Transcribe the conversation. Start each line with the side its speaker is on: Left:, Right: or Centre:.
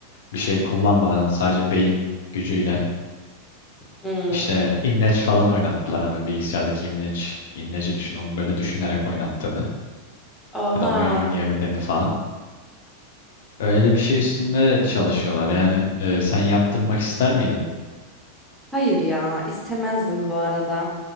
Left: bir şey kullanmadan sadece beyin gücüyle
Centre: Hmm.
Left: işte imleç falan oynattılar. Hani böyle bilgisayardaki imleç, imleci düşün onu böyle düşünerek oynattığını
Centre: Oha.
Left: ya da oyun oynayabildiğini falan. Öyle bir şey üstünde çalışıyorlar. Yani e, sen yaptırmak ister miydin?
Centre: Hayır ya, istemezdim bu arada.